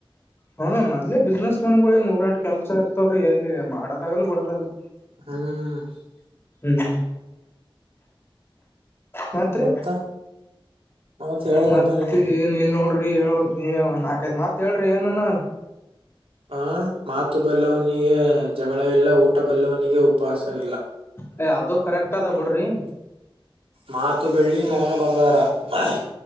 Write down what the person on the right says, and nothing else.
ಹ್ಮ್
ಮತ್ತ ಮತ್ ಹೇಳ್ಬೇಕಪ್ಪಾ
ನೀನೆ
ಹಾಂ ಮಾತು ಬಲ್ಲವನಿಗೆ ಜಗಳವಿಲ್ಲ ಊಟ ಬಲ್ಲವನಿಗೆ ಉಪವಾಸವಿಲ್ಲ.
ಮಾತು ಬೆಳ್ಳಿ ಮೌನ ಬಂಗಾರ ಅಹ್.